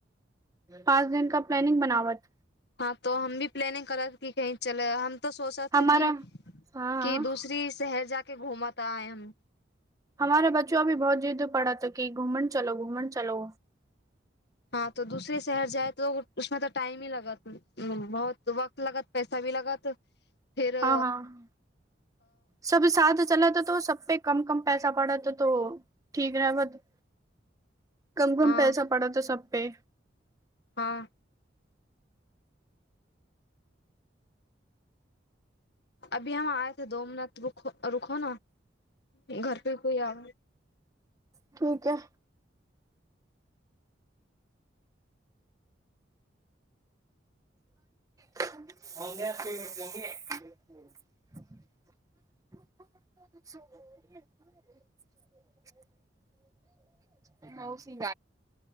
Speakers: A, on the right (about 20°); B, on the left (about 60°).
A: पाँच दिन क प्लानिंग बनावत।
B: हँ त हम भी प्लानिंग करा कि कहीं चल हम। तऽ सोचाथा
A: हमारा
B: कि
A: हाँ हाँ
B: क दूसरी शहर जाक घूमा त आय हम।
A: हमारे बच्चो अी बहुत जिद्द पड़ा की घूमन चलो घूमन चलो।
B: हँ तो दूसरे शहर जाए त उसमे तऽ टाइम ही लगत। ह बहुत वक्त लगत पैसा भी लगत फेर।
A: हाँ हाँ सब साथ चलत तऽ। कम-कम पैसा पड़त तऽ तो ठीक रहबत कम-कम
B: हँ
A: पैसा। पड़त सब पे।
B: हँ। अभी हम आएथे दो मिनट रुको-रुको ने घर पे कोइ आ।
A: ठिके। पेट कर। <inaudible> मौसी। ओ